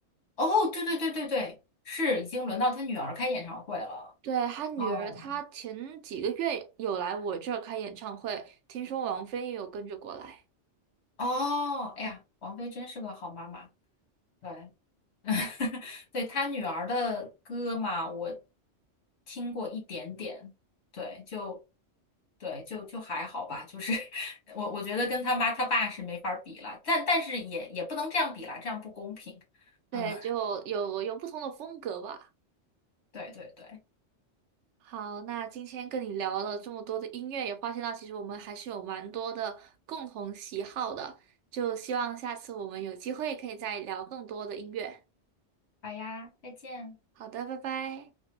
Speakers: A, on the left (about 65°); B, on the right (about 75°).
A: 哦，对对对对对，是已经轮到她女儿开演唱会了，
B: 对，他女儿，
A: 哦
B: 她前几个月有来我这儿开演唱会，听说王菲也有跟着过来。
A: 哦，哎呀，王菲真是个好妈妈，对，<laughs> 对她女儿的歌嘛，我听过一点点，对，就对，就就还好吧，就是 <laughs> 我我觉得跟他妈他爸是没法儿比了，但但是也也不能这样比啦，这样不公平，
B: 对，
A: 嗯，
B: 就有有不同的风格吧。
A: 对对对，
B: 好，那今天跟你聊了这么多的音乐，也发现到其实我们还是有蛮多的共同喜好的，就希望下次我们有机会可以再聊更多的音乐。
A: 好呀，再见。
B: 好的，拜拜。